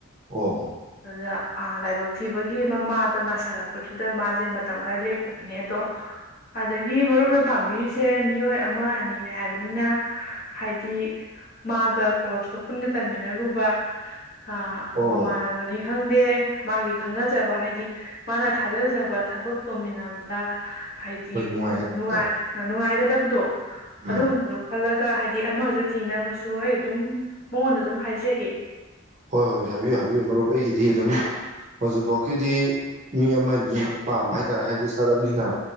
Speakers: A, on the right; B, on the left.
A: ꯑꯣ
B: ꯑꯗꯨꯗ ꯑꯥ ꯂꯥꯏꯕꯛ ꯊꯤꯕꯒꯤ ꯃꯃꯥꯗꯣ ꯅꯥꯁꯤꯜꯂꯛꯄꯗꯨꯗ ꯃꯥꯁꯦ ꯃꯇꯝ ꯈꯔ ꯂꯦꯞꯄꯨꯕꯅꯦ ꯑꯗꯣ ꯑꯗꯒꯤ ꯃꯔꯨꯞꯅ ꯄꯥꯝꯕꯤꯔꯤꯁꯦ ꯃꯤꯑꯣꯏ ꯑꯃ ꯑꯅꯤꯅꯦ ꯍꯥꯏꯕꯅꯤꯅ ꯍꯥꯏꯗꯤ ꯃꯥꯒ ꯀꯣꯁ ꯇꯣ ꯄꯨꯟꯅ ꯇꯝꯃꯤꯟꯅꯔꯨꯕ ꯑ
A: ꯑꯣ
B: ꯃꯃꯥꯟꯅꯕꯅꯤ ꯈꯪꯗꯦ ꯃꯥꯒꯤ ꯈꯪꯅꯖꯕ ꯍꯥꯏꯗꯤ ꯃꯥꯅ ꯊꯥꯖꯖꯕ ꯊꯕꯛ ꯇꯧꯃꯤꯟꯅꯕꯗ ꯍꯥꯏꯗꯤ
A: ꯍꯣꯏ ꯅꯨꯡꯉꯥꯏꯒꯗꯣ
B: ꯅꯨꯡꯉꯥꯏ ꯅꯨꯡꯉꯥꯏꯒꯗꯕꯗꯣ ꯑꯗꯨꯒꯨꯝꯕꯗꯣ
A: ꯎꯝ
B: ꯈꯜꯂꯒ ꯍꯥꯏꯗꯤ ꯗꯤ ꯑꯃꯁꯨ ꯊꯤꯅꯕꯁꯨ ꯑꯩ ꯑꯗꯨꯝ ꯃꯉꯣꯟꯗ ꯑꯗꯨꯝ ꯍꯥꯏꯖꯒꯦ
A: ꯍꯣꯏ ꯍꯣꯏ ꯍꯥꯏꯕꯤꯌꯨ
B: ꯎꯝ
A: ꯍꯥꯏꯕꯤꯌꯨ ꯃꯔꯨꯞ ꯑꯩꯒꯤꯗꯤ ꯑꯗꯨꯝ ꯍꯧꯖꯤꯛꯐꯥꯎ ꯀꯤꯗꯤ ꯃꯤ ꯑꯃꯅꯤ ꯄꯥꯝꯕ ꯍꯥꯏꯇꯥꯔꯦ ꯍꯥꯏꯗꯤ ꯁ꯭ꯇꯥꯥꯔꯠ ꯑꯞꯅꯤꯅ